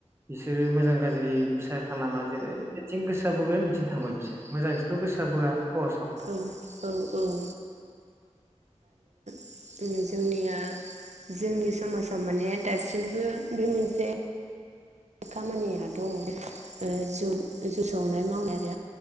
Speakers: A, on the right; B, on the right.
A: बिसोरो मोजां गाज्रि बिसार खालामा जेरै थिं गोसोया बोगोन बिथिं थांबाय बिसोरो मोजांंथिंथ' गोसोया बोया खहसआव ओम
B: औ औ औ ओम जोंनिया जोंनि समाजाव माने दासिमबो बे मोनसे खामानिया दंङ ओ जौ जौ सौनाय मावनाय आरो